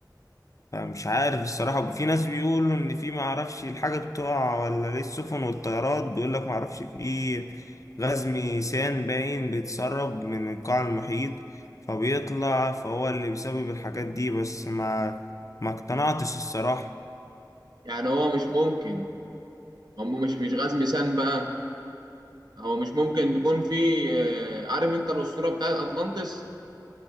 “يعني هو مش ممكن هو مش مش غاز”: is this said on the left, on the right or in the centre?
Right